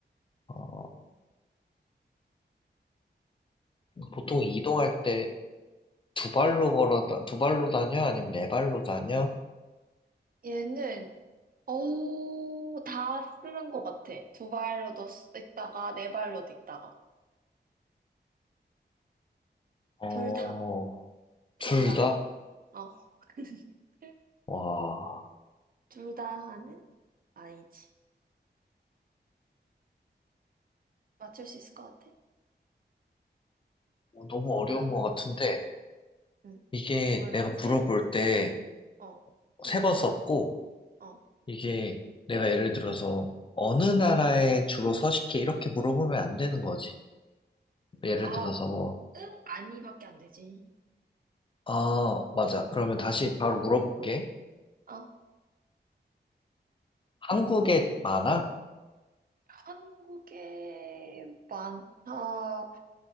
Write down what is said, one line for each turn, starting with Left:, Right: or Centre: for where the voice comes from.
Left: 어, 보통 이동할 때 두 발로 걸어, 다- 두 발로 다녀? 아니면 네 발로 다녀?
Right: 얘는, 어우, 다 쓰는 것 같아. 두 발로도 쓰- 있다가, 네 발로도 있다가.
Left: 어,
Right: 둘 다. 둘
Left: 둘
Right: 다
Left: 다?
Right: 해. 어. <laughs>
Left: 와,
Right: 둘 다 하는? 아니지. 맞출 수 있을 것 같아?
Left: 너무
Right: 지금,
Left: 어려운 것 같은데,
Right: 응.
Left: 이게
Right: 지금
Left: 내가
Right: 세,
Left: 물어볼 때
Right: 어,
Left: 세 번 썼고,
Right: 어.
Left: 이게 내가 예를 들어서 어느 나라에 주로 서식해 이렇게 물어보면 안 되는 거지. 예를
Right: 아,
Left: 들어서 뭐,
Right: 응, 아니밖에 안 되지.
Left: 아, 맞아. 그러면 다시 바로 물어볼게.
Right: 어,
Left: 한국에 많아?
Right: 한국에 많다.